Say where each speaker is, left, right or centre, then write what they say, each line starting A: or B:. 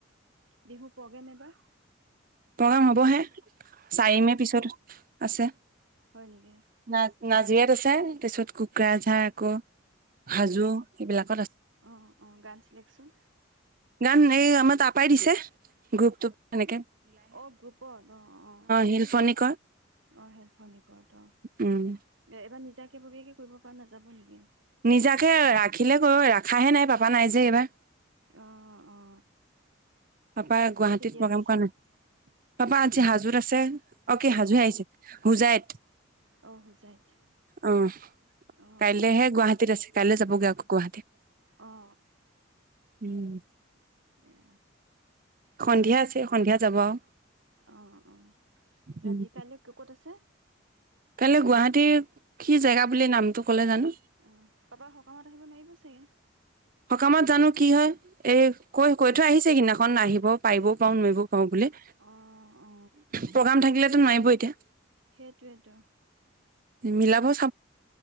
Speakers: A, on the right; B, on the right.
A: বিহু প্ৰগেম এটা
B: প্ৰগেম হব হে, চাৰি মেৰ পিছত আছে।
A: হ'য় নেকি?
B: না নাজিৰাত আছে। তাৰ পিছত কুকুৰাঝাৰ আঁকৌ হাজো এইবিলাক।
A: অ অ গান চিলেকচোন
B: গান এই আমাৰ তাৰ পৰাই দিছে। গ্ৰুপটোত হেনেকে।
A: অ গ্ৰুপত, অ অ অ
B: শিল্পনিকৰ
A: অ হেফ কৰত অ
B: উম
A: এবাৰ নি নিজা ববিয়াকৈ কৰিব পৰা নাযাব নেকি?
B: নিজাকে ৰাখিলে কৰো। ৰাখাহে নাই, পাপা নাই যে এইবাৰ।
A: অ অ
B: পাপা গুৱাহাটীত
A: কেতিয়া
B: প্ৰগ্ৰেম
A: আছে
B: কৰা নাই। পাপা আজি হাজ অ কি হাজুহে আহিছে হুজাইত,
A: অ হুজাইত
B: অ
A: অ
B: কাইলেহে
A: অ
B: গুৱাহাটীত আছে। কাইলে জাবগৈ আকৌ গুৱাহাটীত।
A: অ, অ
B: উম উম
A: এৰা
B: সন্ধিয়া আজি, সন্ধিয়া যাব আৰু
A: অ অ ৰাতি
B: উম
A: কাইলৈ ক'ত আছে
B: কাইলৈ গুৱাহাটীৰ কি জেগা বুলি নামটো ক'লে জানো
A: অ, পাপা সকামত আহিব নোৱাৰিব চাগে?
B: সকামত জানো কি হয়। এই কৈ, কৈ থৈ আহিছে সিদিনাখন। আহিব পাৰিবও পাৰো নুৱাঁৰিবও পাওঁ বুলি।
A: অ অ
B: প্ৰগ্ৰাম থাকিলে নোৱাৰিব এতিয়া।
A: সেইটোৱেই তো
B: মিলাাবছ